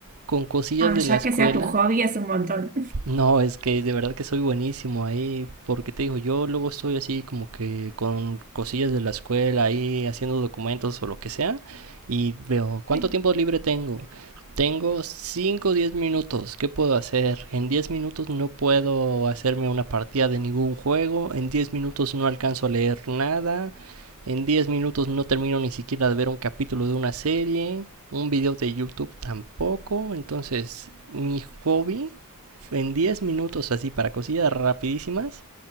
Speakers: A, on the right (about 70°); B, on the right (about 35°).
A: con cosillas
B: ah,
A: de
B: ya
A: la escuela,
B: que sea tu hobby es un montón.
A: No, es que de verdad que soy buenísimo ahí, porque te digo, yo luego estoy así como que con cosillas de la escuela ahí haciendo documentos o lo que sea, y veo cuánto
B: Sí,
A: tiempo libre tengo. Tengo 5, o 10 minutos, ¿qué puedo hacer? En 10 minutos no puedo hacerme una partida de ningún juego, en 10 minutos no alcanzo a leer nada, en 10 minutos no termino ni siquiera de ver un capítulo de una serie, un video de YouTube tampoco, entonces mi hobby en 10 minutos así para cosillas rapidísimas